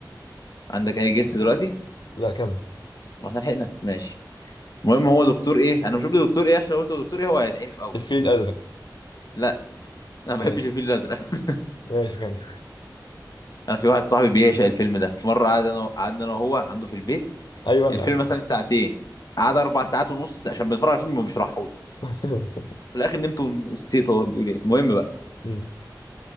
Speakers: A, on the left; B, on the left.
A: عندك اي جس دلوقتي
B: لا كمل
A: واحنا لحقنا ماشي المهم هو دكتور ايه انا مش قلت دكتور ايه عشان لو قلت له دكتور ايه هو هيتعرف قوي
B: الفيل الأزرق
A: لا انا ما
B: ماشي
A: بحبش الفيل الازرق <laughs>
B: ماشي كمل
A: انا في واحد صاحبي بيعشق الفيلم ده في مره قعد انا قعدنا انا وهو عنده في البيت
B: أيوة أنا
A: الفيلم
B: أنا
A: مثلا ساعتين قعد اربع ساعات ونص عشان بنتفرج على الفيلم وبيشرحه لي
B: <laughs>
A: في الاخر نمت ونسيت هو بيقول ايه المهم بقى
B: مم.